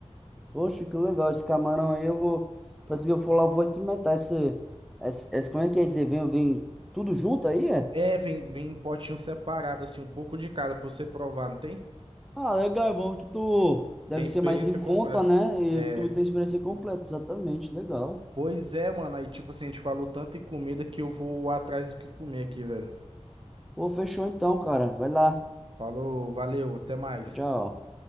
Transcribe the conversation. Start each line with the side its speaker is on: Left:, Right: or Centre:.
Centre: Poxa, que legal esse camarão aí, eu vou, parece que eu for lá, eu vou experimentar esse, esse, esse- como é que é esse evento, vem tudo junto aí, é?
Right: É, vem, vem em potinho separado, assim, um pouco de cada pra você provar, não tem?
Centre: Ah, legal, é bom que tu deve
Right: Tem a experiência
Centre: ser mais em conta,
Right: completa.
Centre: né? E
Right: É,
Centre: tu tem experiência completa, exatamente, legal.
Right: pois é, mano, aí tipo assim, a gente falou tanto em comida que eu vou atrás do que comer aqui, velho.
Centre: Pô, fechou então, cara, vai lá.
Right: Falou, valeu, até mais.
Centre: Tchau, tchau.